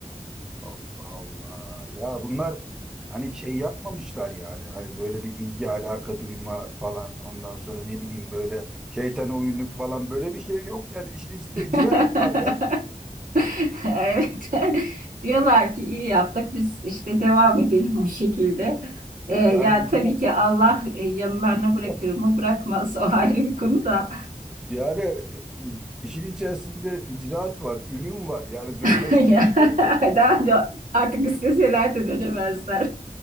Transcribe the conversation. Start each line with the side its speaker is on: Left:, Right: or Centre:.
Centre: Allah Allah. Ya bunlar hani şey yapmamışlar yani. Hani böyle bir ilgi alaka duyma falan ondan sonra ne bileyim böyle şeytana uyunluk falan böyle bir şey yok yani işin içinde
Right: <laughs>
Centre: icraat var ya.
Right: <laughs> Evet. <laughs> Diyorlar ki iyi yaptık. Biz işte devam edelim o şekilde. Ee, ya
Centre: Yani bunlar
Right: tabii ki Allah e, yanılarına bırakır
Centre: <laughs>
Right: mı bırakmaz o ayrı bir konu da.
Centre: yani e, işin içerisinde icraat var, ürün var. Yani dönme
Right: <laughs>
Centre: şansı
Right: Ya,
Centre: da yok.
Right: daha da artık isteseler de dönemezler.